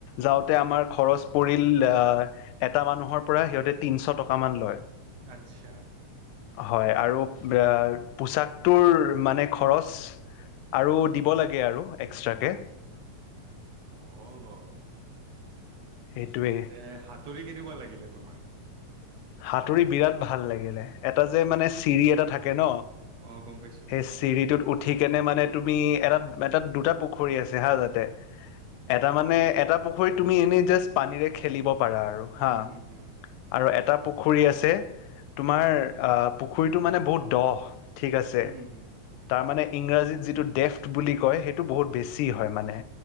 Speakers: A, on the left (about 85°); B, on the right (about 65°).
A: যাওতে আমাৰ খৰছ পৰিল আ এটামা মানুহৰ পৰা সিহঁতে তিনিশ টকামান লয়।
B: আচ্ছা।
A: হয় আৰু অ পোচাকটোৰ মানে খৰচ আৰু দিব লাগে আৰু এক্সট্ৰা কে।
B: অ অ অ।
A: সেইটোৱেই
B: এ সাতুৰি কেনেকুৱা লাগিলে তোমাৰ?
A: সাতুৰি বিৰাট ভাল লাগিলে, এটা যে মানে চিৰি এটা থাকে কেন,
B: অ' গম পাইছো
A: সেই চিৰিটোত উঠি কেনে মানে তুমি এটাত এটাত দুটা পুখুৰী আছে হা তাতে, এটা মানে এটা পু হয় তুমি এনেই যাচ পানীৰে খেলিব পাৰা আৰু হা
B: উম হম হম
A: আৰু এটা পু পুখুৰী আছে, তোমাৰ আহ পুখুৰীটো মানে বহুত দ। ঠিক আছে,
B: উম, হুম,
A: তাৰমানে ইংৰাজীত যিটো ডেফট বুলি কয় সেইটো বহুত বেছি হয় মানে।